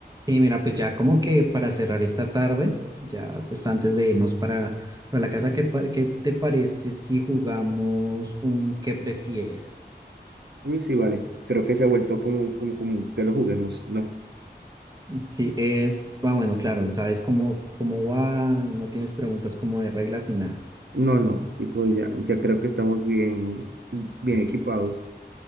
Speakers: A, on the right (about 20°); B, on the right (about 75°).
A: Y mira, pues ya como que para cerrar esta tarde, ya pues antes de irnos para, para la casa, ¿qué, pa- qué te parece si jugamos un qué prefieres?
B: Uy, sí, vale. Creo que se ha vuelto como, como común que lo juguemos. No,
A: Sí, es, ah, bueno, claro, sabes cómo, cómo va, no tienes preguntas como de reglas ni nada.
B: no, no. Tipo, ya, ya creo que estamos bien, bien equipados.